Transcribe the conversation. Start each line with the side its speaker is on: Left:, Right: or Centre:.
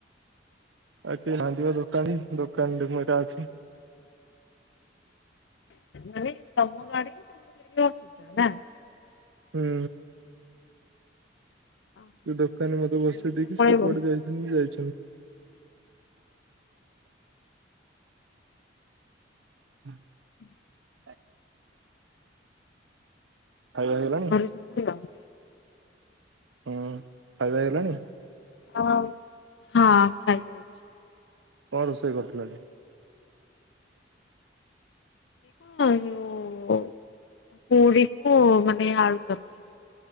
Right: ଆ କି ବାଧିବା ଦୋକାନୀ ଦୋକାନରେ ମୁ ଏଟା ଅଛି,
Left: ନାନ ତମ କାଡ଼ ତମିଲ କରିରି ଯସଚ ନା
Right: ହୁଁ
Left: ମାନେ
Right: ସେ ଦୋକାନୀ ମତେ ବସେଇ
Left: ଏଇଖିନା
Right: ଦେଇକି
Left: ପଳେଇବ
Right: ସେ କୁଆଡେ ଯାଇଛନ୍ତି ଯାଇ <unintelligible>
Left: ହୁଁ <inaudible>
Right: ଆ <inaudible> ଖାଇବା ହେଇଗଲାଣି
Left: ଆ ମର ସଭଳି ଆ <inaudible>
Right: ହୁଁ ଖାଇବା ହେଇଗଲାଣି
Left: ହ ହଁ ଖାଇଛି,
Right: କଣ ରୋଷେଇ କରୁଥିଲା କି
Left: କ ଯଉ ପୁରିକୁ ମାନେ ଆଳୁ ତରକାରୀ